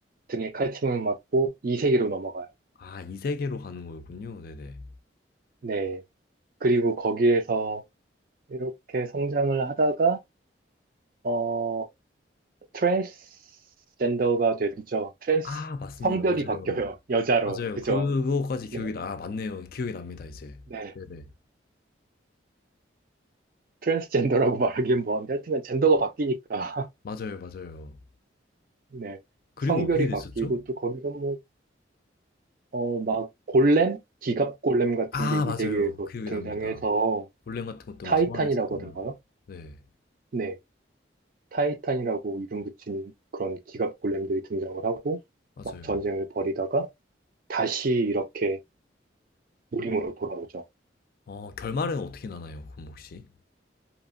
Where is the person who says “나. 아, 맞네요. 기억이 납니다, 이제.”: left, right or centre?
Left